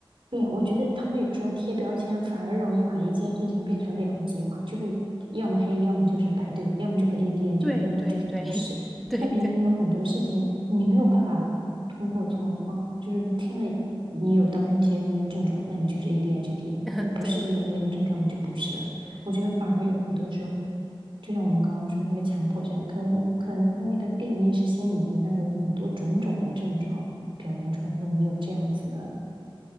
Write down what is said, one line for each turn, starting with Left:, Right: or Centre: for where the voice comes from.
Right: 对，我觉得他们有时候贴标签反而容易把一件事情变成两极化，就是要么黑，要么就是白，对不对？要么就是 ADHD，
Centre: 对对对
Right: 要么就是不是。
Centre: <laughs> 对对
Right: 但明明有很多事情你没有办法通过从啊，就是说听了你有当中其中一个症状，那你就是 ADHD，
Centre: <laughs>
Right: 那不是你的那个症状你就不是了。
Centre: 对
Right: 我觉得反而有很多时候，就像我们刚刚说的那个强迫症，可能可能他那个定义是心理学上有很多种种的症状表明出来说你有这样子的。